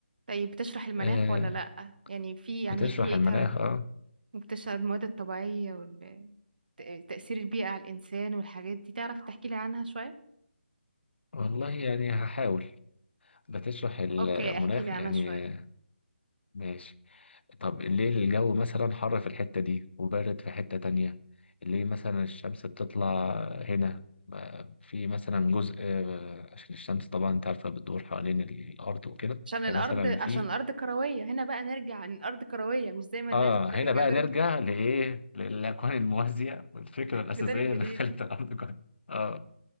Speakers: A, on the right (about 50°); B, on the left (about 70°).
A: طيب بتشرح المناخ
B: آه
A: ولا لأ يعني في يعني
B: بتشرح
A: في إيه
B: المناخ
A: ترى
B: اه
A: وبتشرح المواد الطبيعية وتأثير البيئة على الإنسان والحاجات دي تعرف تحكي لي عنها شوية
B: والله يعني هحاول بتشرح المناخ
A: أوكي احكي لي عنها
B: يعني
A: شوية
B: آه، ماشي طب ليه الجو مثلا حر في الحتة دي وبارد في حتة تانية ليه مثلا الشمس بتطلع هنا ما- في مثلا جزء آه، عشان الشمس طبعا انت عارفة بتدور حوالين الأرض وكده
A: عشان الأرض
B: فمثلا
A: عشان
B: في
A: الأرض كروية هنا بقى نرجع إن الأرض كروية مش زي ما الناس
B: اه
A: بتاعت
B: هنا
A: الجدار
B: بقى نرجع
A: الج-
B: لايه للاكوان الموازيه والفكره الاساسيه
A: الجدار الجليدي
B: اللي خلت الارض كون اه